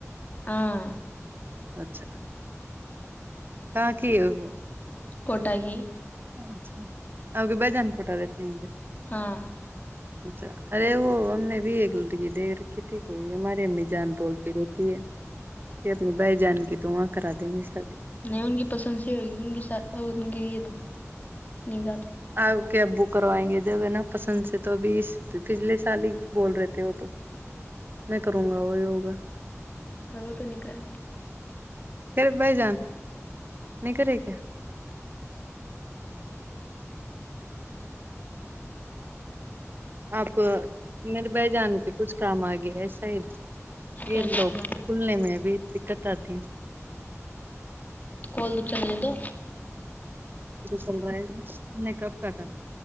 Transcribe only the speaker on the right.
اچھا کہاں کی ہے وہ
اچھا اورے بجان کوٹا رہتے ہیں
اچھا ارے وہ ہم نے بھی ایک لڑکی دیکھ رکھی تھی کوئی ہماری امی جان بولتی رہتی ہے اپنی بھائی جان کیی تو وہاں کرا دیں گے شادی
آپ کیب بک کروائیں گے جب ہے نا پسند سے تو ابھی پچھلے سال ہی بول رہے تھے وہ تو میں کروں گا وہی ہوگا
خھر بائی جان نہیں کرے کیا <inaudible> آپ میرے بہ جان کے کچھ کام آ گیا ایسا ہی
یہ لوگ
کلنے میں بھی دقت آ تھی
چل رہا ہے نے کب کا تھا